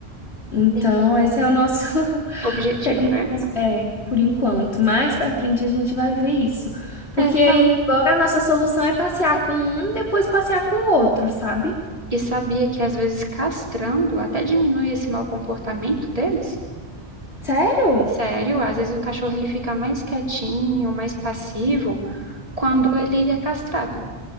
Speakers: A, on the left; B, on the right.
A: Então,
B: entendi.
A: esse é o nosso. <laughs>
B: Objetivo,
A: que a gente
B: né?
A: faz, é, por enquanto. Mais pra frente a gente vai ver isso. Porque
B: É,
A: aí
B: tal-
A: agora a nossa solução é passear com um, depois passear com o outro, sabe?
B: E sabia que às vezes castrando até diminui esse mau comportamento deles?
A: Sério?
B: Sério, às vezes o cachorro ele fica mais quietinho, mais passivo quando
A: Hum.
B: ele é castrado.